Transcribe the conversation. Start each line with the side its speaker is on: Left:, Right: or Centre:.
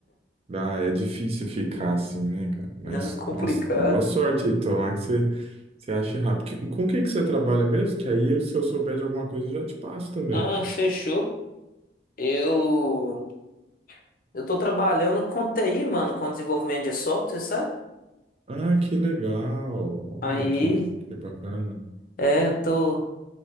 Right: Ah, é difícil ficar assim, né, cara? Mas,
Left: Não, é complicado.
Right: nossa, boa sorte aí, tomara que você, você ache rápido. Que- Com quem que você trabalha mesmo? Que aí, se eu souber de alguma coisa, eu já te passo também.
Left: Ah, fechou. Eu... Eu tô trabalhando com TI, mano, com desenvolvimento de software, sabe?
Right: Ah, que legal! Olha
Left: Aí,
Right: que, que bacana.
Left: é, tô.